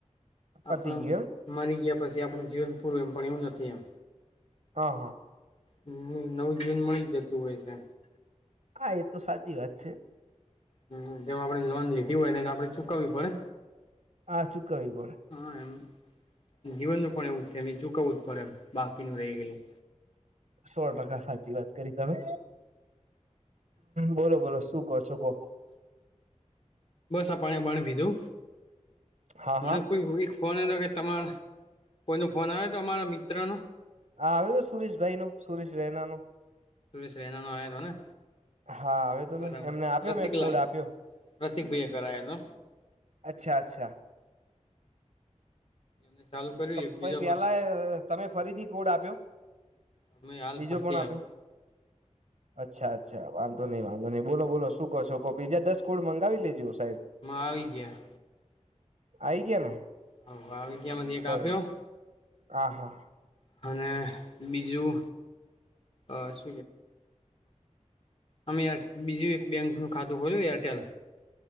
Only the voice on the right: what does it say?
પતી
ગયું
આ હા
હા એ તો સાચી વાત છે.
હા ચુકવવી પડે.
સો ટકા સાચી વાત. કરી તમે બોલો બોલો શું કહો છો કો?
હા
હા હા
હા આવે તો સુરેશભાઈ નો સુરેશ રૈના નો.
હા આવે તો
ને એમને આપ્યો
મેં કોડ આપ્યો
અચ્છા અચ્છા.
ભાઈ
પેલા
તમે ફરીથી કોડ આપ્યો?
બીજો
પણ આપ્યો
અચ્છા અચ્છ વાંધો નહી વાંધો નહી બોલો બોલો શું કો બીજા દસ <unintelligible>
આઈ ગયા ને.
સર
હા હા.